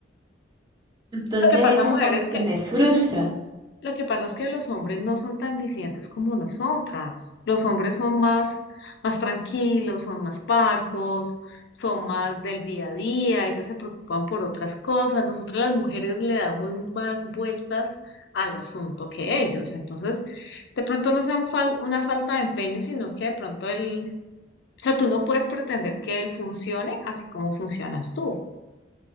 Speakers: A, on the right; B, on the left.
A: Entonces
B: lo que pasa,
A: eso
B: mujer,
A: como
B: es que
A: que me frustra.
B: lo que pasa es que los hombres no son tan disidentes como nosotras. Los hombres son más, más tranquilos, son más parcos, son más del día a día, ellos se preocupan por otras cosas. Nosotras las mujeres le damos más vueltas al asunto que ellos. Entonces, de pronto no sea un fal- una falta de empeño, sino que de pronto el, O sea, tú no puedes pretender que él funcione así como funcionas tú.